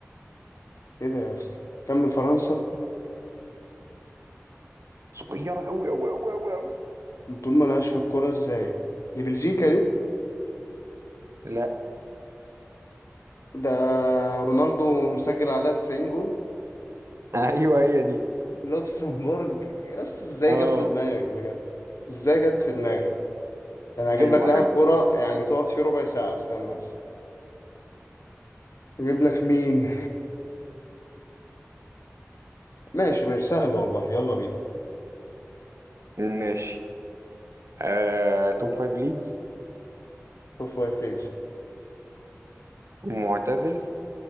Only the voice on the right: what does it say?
صغيره قوي قوي قوي قوي قوي
لا
<laughs> ايوه هي دي
اه
حلوه
حلوه
ماشي آه، توب فايف ليجز
معتزل